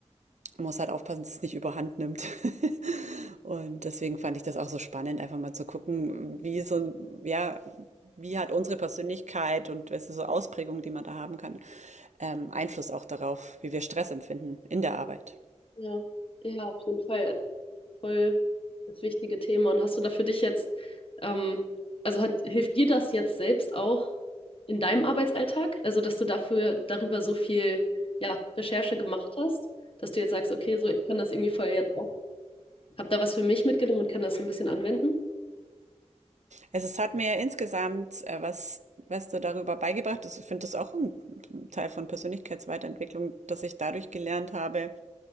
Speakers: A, on the right (about 75°); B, on the left (about 50°).
A: Man muss halt aufpassen, dass es nicht überhand nimmt. <laughs> Und deswegen fand ich das auch so spannend, einfach mal zu gucken, wie so, ein- ja, wie hat unsere Persönlichkeit und weißt du, so Ausprägungen, die man da haben kann, ähm, Einfluss auch darauf, wie wir Stress empfinden in der Arbeit.
B: Ja, ja, auf jeden Fall. Also voll das wichtige Thema. Und hast du da für dich jetzt, ähm, also hat, hilft dir das jetzt selbst auch in deinem Arbeitsalltag? Also, dass du dafür darüber so viel, ja, Recherche gemacht hast, dass du jetzt sagst, okay, so ich kann das irgendwie voll jetzt auch, hab da was für mich mitgenommen und kann das so ein bisschen anwenden?
A: Also es hat mir insgesamt äh, was, was du darüber beigebracht. hast. Ich finde das auch ein Teil von Persönlichkeitsweiterentwicklung, dass ich dadurch gelernt habe,